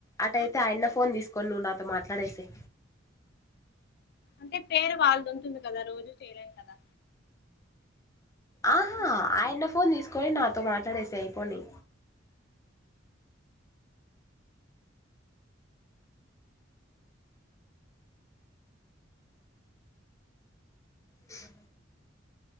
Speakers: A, on the left; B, on the left.
A: అటైతే
B: ఆ
A: ఆయన్న ఫోన్ తీస్కొని నువ్వు నా తో మాట్లాడేసెయి
B: అంటే పేరు వాళ్ళద్ ఉంటుంది కదా రోజు చేయలేం కదా
A: ఆహా ఆయన్న ఫోన్ తీస్కొని నాతో మాట్లాడేసెయి అయిపోని ఆ